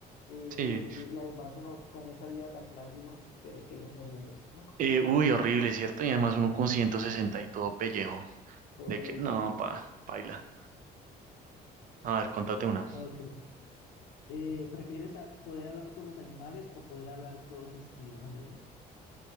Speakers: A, on the left; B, on the right.
A: Eh,
B: Sí.
A: y además uno con esa vida tan larga y los seres queridos muriéndose, ¿no?
B: Eh, uy, horrible, ¿cierto? Y además uno con 160 y todo pellejo.
A: Por
B: De
A: eso.
B: que, no, pa, baila. A ver, contate una.
A: A ver, eh, ¿prefieres a- poder hablar con los animales o poder hablar todos los idiomas del mundo?